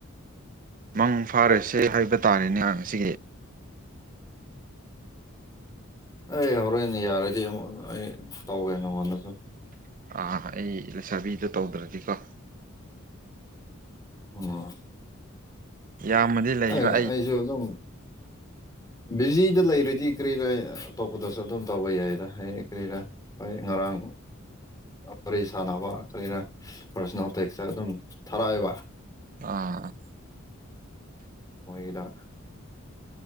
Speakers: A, on the right; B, on the left.
A: ꯃꯪ ꯐꯥꯔꯁꯦ ꯍꯥꯏꯕ ꯇꯥꯔꯦꯅꯦꯍꯁꯤ
B: ꯑꯩ ꯍꯧꯔꯣꯏꯅꯦ ꯌꯥꯔꯗꯤꯨ ꯑꯩ ꯇꯧꯒꯦ ꯅꯉꯣꯟꯗꯁꯨ
A: ꯑꯥ ꯑꯩ ꯂꯩꯁꯥꯕꯤꯗ ꯇꯧꯗ꯭ꯔꯗꯤꯀꯣ
B: ꯑꯣ
A: ꯌꯥꯝꯃꯗꯤ ꯂꯩꯕ
B: ꯑꯩ ꯑꯩꯁꯨ ꯑꯗꯨꯝ ꯕꯤꯖꯤꯗ ꯂꯩꯔꯗꯤ ꯀꯔꯤꯔꯥ ꯑꯇꯣꯞꯄꯗꯁꯨ ꯑꯗꯨꯝ ꯇꯧꯕ ꯌꯥꯏꯗ ꯍꯌꯦꯡ ꯀꯔꯤꯔꯥ ꯍꯣꯏ ꯉꯔꯥꯡ ꯋꯥꯔꯤ ꯁꯥꯟꯅꯕ ꯀꯔꯤꯔꯥ ꯄꯔꯁꯅꯦꯜ ꯇꯦꯛꯁꯇ ꯑꯗꯨꯝ ꯄꯥꯏꯕ
A: ꯑ
B: ꯑꯣꯏꯣꯏꯗ